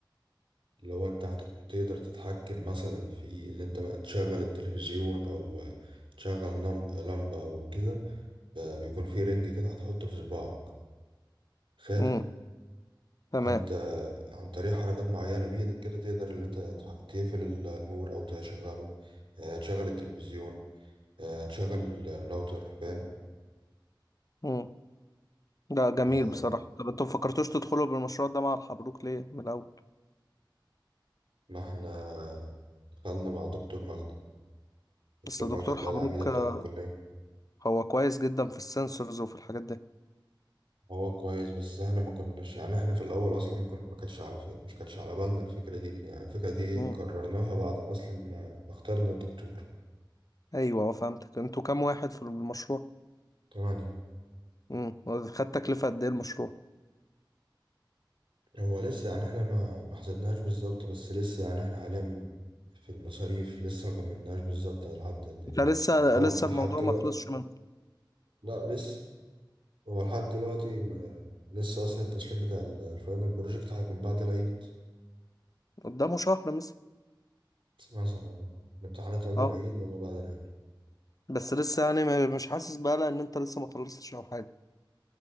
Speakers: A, on the right; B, on the left.
A: اللي هو أنت هت- تقدر تتحكم مثلا في اللي أنت بقى تشغل التلفزيون أو آه، تشغل نم- لمبة أو كده ب- بيكون في رنج كده هتحطه في صباعك خاتم
B: امم تمام
A: فانت عن طريق حركات معينة بإيدك كده تقدر اللي انت تح- تقفل النور او تشغله آه، تشغل التلفزيون آه، تشغل الراوتر فاهم
B: امم ده جميل
A: آه،
B: بصراحة طب انتوا مفكرتوش تدخلوا بالمشروع ده مع الحبروك ليه من الاول
A: ما احنا دخلنا مع دكتور مجدي دكتور
B: بس دكتور
A: مجدي اللي
B: حبروك
A: هي العميدة بتاعت
B: آه،
A: الكلية
B: هو كويس جدا في السنسورز وفي الحاجات دي
A: هو كويس بس احنا ما كناش يعني احنا في الاول اصلا ما كنا ما كانتش على مش كانتش على بالنا الفكرة دي يعني الفكرة دي
B: امم
A: قررناها بعد ما اصلا ما ما اخترنا الدكتور
B: ايوه آه، فهمتك انتوا كام واحد في المشروع
A: تمام
B: امم خد تكلفة قد ايه المشروع
A: هو لسه يعني احنا ما ما حسبناهاش بالظبط بس لسه يعني احنا حاليا في المصاريف لسه ما كملناش بالظبط لحد قد ايه
B: انت لسه
A: هو
B: لسه
A: لحد
B: الموضوع
A: دلوقتي
B: ما خلصش منه
A: لا لسه هو لحد دلوقتي ما لسه اصلا التسليم بتاع ال- الفاينل بروجكت هيكون بعد العيد
B: قدامه شهر مثلا
A: مثلا اهو الامتحانات قبل
B: اه
A: العيد ولا بعد العيد
B: بس لسه يعني م- مش حاسس بقى ان انت لسه ما خلصتش او حاجة